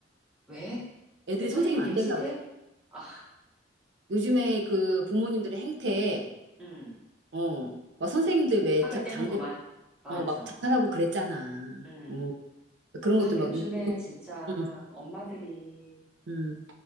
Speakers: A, in the centre; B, on the right (about 70°).
A: 왜?
B: 애들이
A: 에, 선생님
B: 선생님 안
A: 되기
B: 되려고
A: 싫대?
B: 그래.
A: 아,
B: 요즘에 그 부모님들의 행태,
A: 음,
B: 어, 막 선생님들 왜
A: 학을
B: 자-
A: 떼는구만.
B: 작년,
A: 맞아.
B: 어, 막 자살하고 그랬잖아.
A: 음.
B: 어, 그런
A: 아,
B: 것도 막,
A: 요즘에
B: 육, 육-
A: 진짜
B: 음,
A: 엄마들이,
B: 음,